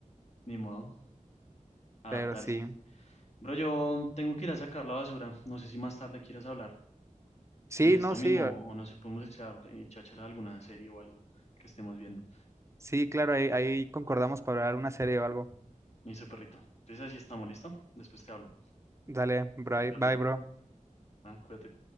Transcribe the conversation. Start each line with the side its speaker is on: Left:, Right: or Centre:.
Left: ni modo, adaptarse.
Right: pero sí.
Left: Bro, yo tengo que ir a sacar la basura. No sé si más tarde quieras hablar
Right: Sí,
Left: de esto
Right: no, sí,
Left: mismo o no sé, podemos echar, eh, chachar alguna serie o algo que estemos viendo.
Right: Sí, claro, ahí, ahí concordamos para ver una serie o algo.
Left: Me dice perrito. Entonces así estamos, ¿listo? Después te hablo.
Right: Dale, bye,
Left: Cuídate.
Right: bye, bro.
Left: Ah, cuídate.